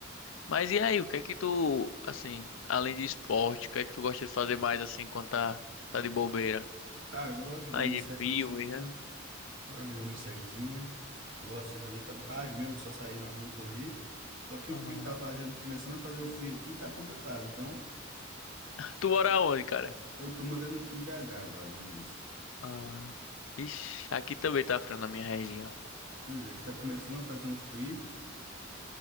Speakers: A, on the left; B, on the right.
A: Mas e aí, o que é que tu, assim, além de esporte, o que é que tu gosta de fazer mais assim quando tá tá de bobeira?
B: Cara, eu gosto de ver
A: Ai,
B: uma
A: de
B: sériezinha,
A: filmes, né?
B: gosto de ver uma sériezinha, gosto de fazer até um cardio mesmo, só sair na rua e correr. Só que
A: Ah.
B: o frio que tá fazendo, começando a fazer o frio aqui, tá complicado. Então,
A: Tu mora onde, cara?
B: Eu tô morando aqui em BH agora, em Minas.
A: Ah. Ixi, aqui também tá frio na minha região.
B: Pois é, que tá começando a fazer um frio.